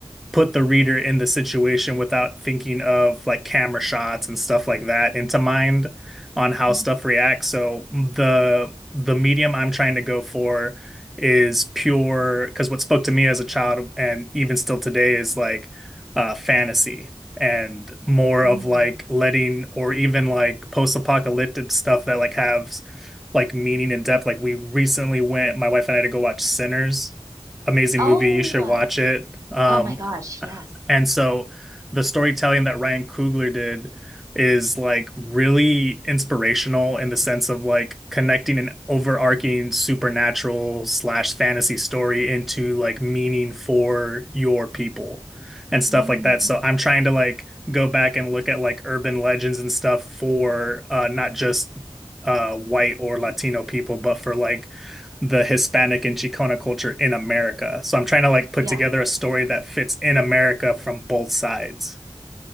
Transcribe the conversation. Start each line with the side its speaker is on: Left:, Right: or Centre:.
Centre: put the reader in the situation without thinking of like camera shots and stuff like that into mind on how
Right: mm,
Centre: stuff reacts. So the the medium I'm trying to go for is pure because what spoke to me as a child and even still today is like uh fantasy and more
Right: mm.
Centre: of like letting or even like post-apocalyptic stuff that like have like meaning and depth. Like we recently went, my wife and I to go watch Sinners amazing
Right: Oh,
Centre: movie. You should watch
Right: uh,
Centre: it. Um,
Right: oh my gosh, yes.
Centre: and so the storytelling that Ryan Coogler did is like really inspirational in the sense of like connecting an overarching supernatural slash fantasy story into like meaning for your people and stuff
Right: Mm,
Centre: like that. So I'm trying to like go back and look at like urban legends and stuff for uh not just uh white or Latino people, but for like the Hispanic and Chicana culture in America. So I'm trying to like put
Right: yeah.
Centre: together a story that fits in America from both sides.